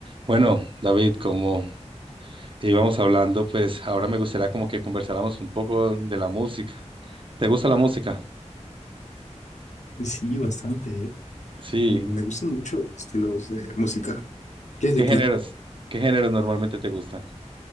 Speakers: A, on the right; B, on the left.
A: Bueno, David, como íbamos hablando, pues ahora me gustaría como que conversáramos un poco de la música. ¿Te gusta la música?
B: Sí, sí, bastante, ¿eh?
A: Sí.
B: Me gustan mucho los estilos de música. ¿Qué es
A: ¿Qué
B: de ti?
A: géneros? ¿Qué géneros normalmente te gusta?